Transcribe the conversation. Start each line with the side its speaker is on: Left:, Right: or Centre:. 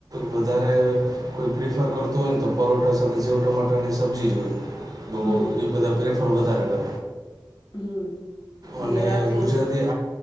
Right: વધારે કોઈ પ્રિફર કરતું હોય ને તો પરોઠા સાથે સેવ ટમાટર ની સબ્જી જ હોય
Left: હમ
Right: એ બધા પ્રેફર પૂર્વતાર કરે
Left: હમ
Right: અને
Left: ને રાતે
Right: ગુજરાતી